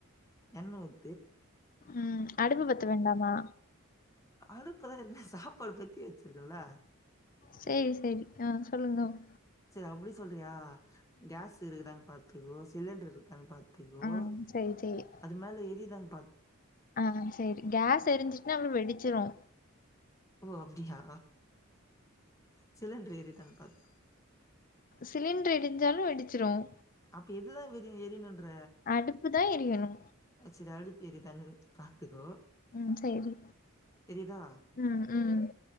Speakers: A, on the left; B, on the left.
A: எண்ணூரு
B: ம் அடுப்பு பத்த வேண்டாமா
A: அடுப்புதா ஏற்கனவே சாப்பாடு பொத்தி வச்சுருக்கேன்ல
B: செரி செரி ஆ சொல்லுங்க அப்
A: இது அப்டி சொல்றியா கேஸ் இருக்குதான்னு பாத்துக்கோ சிலிண்டர் இருக்கான்னு பாத்து த்துக்கோ
B: ஆ சேரி சேரி
A: அது மேல எரியுற அந்
B: ஆ செரி கேஸ் எரிஞ்சுட்ன்னா அப்பறோ வெடிச்சிரு
A: ஓ அப்படியா சிலிண்டர் ஏறிதான் பாத்து
B: சிலிண்டர் இடிஞ்சாலும் வெடிச்சிரும்
A: அப்ப எதுதான் விரிய எரியனுன்ற
B: அடுப்பு தா எரியணு
A: சரி அடுப் இது தன் பாத்துக்கோ
B: உம் செரி
A: எரியுதா
B: உம் உம் ம்